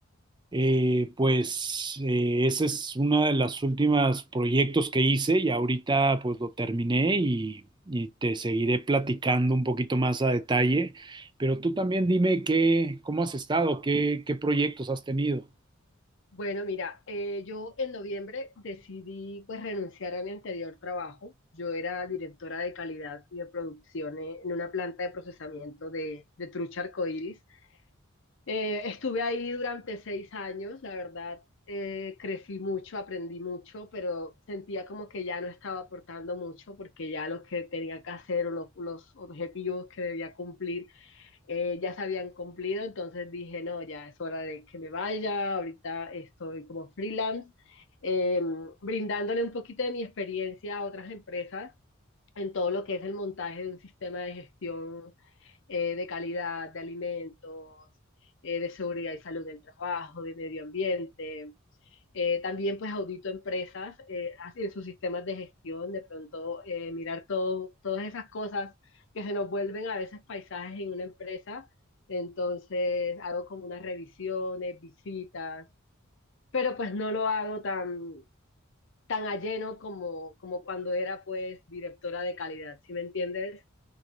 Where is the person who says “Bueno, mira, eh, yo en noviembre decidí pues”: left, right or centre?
Left